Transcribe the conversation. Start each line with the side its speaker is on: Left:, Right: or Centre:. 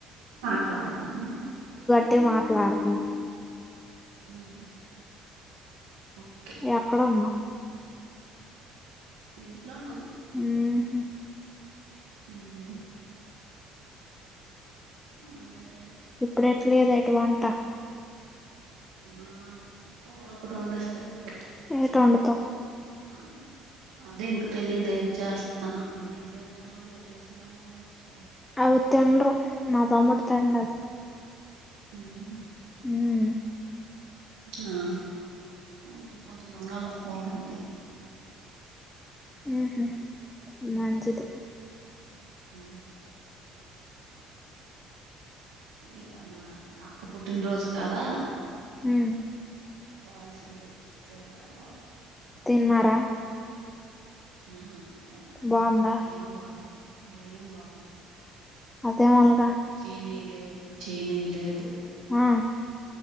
Right: వా మామ
Left: టి మాట్లాడ్తనావ్?
Right: ఉమ్ ఒ
Left: ఎక్కడ ఉన్నావ్?
Right: ఇంట్లోను
Left: ఉహు
Right: ఉహు అదే
Left: ఇప్పుడు ఎట్ లేదేటి వంట?
Right: ఆ కూర ఒకటి వండేస్తే అయిపో
Left: ఏటి వండుతావ్?
Right: అమ్ అదే ఇంకా తెలియదుదేట్ చేస్తాను గుడ్లు తెచ్చా ఆమ్లెట్ వేసినా ఏదోస్తా
Left: అవి తినరు మాతమ్ముడు తిండవి.
Right: ఉహు
Left: ఉమ్
Right: ఆ పోనిలే కొంచెం బంగాళదుంప కూర ఉంటే ఏస్త
Left: ఉహు మంచిది
Right: ఊ ఇవాళ అక్క పుట్టిన రోజు కదా.
Left: మ్
Right: పాయిసం తెచ్చిచ్చాడు ఆల బాబు
Left: తిన్నారా?
Right: ఆ తిన్న
Left: బోందా
Right: ఏం బాలే ఏం బోలే
Left: అదేఅలగా
Right: చీనీ లే చెనీ లేదు
Left: హా